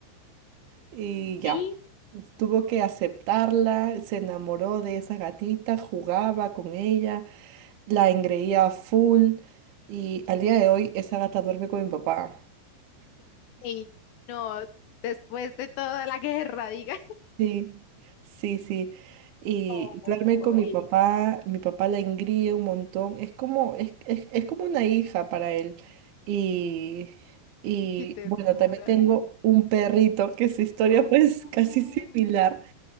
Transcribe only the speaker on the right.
Y ya,
pues, tuvo que aceptarla, se enamoró de esa gatita, jugaba con ella, la engreía a full y al día de hoy esa gata duerme con mi papá.
Sí, sí, sí. Y
duerme con mi papá, mi papá la engríe un montón, es como, es, es, es como una hija para él. Y, y
bueno, también tengo un perrito que su historia
fue <laughs> casi similar.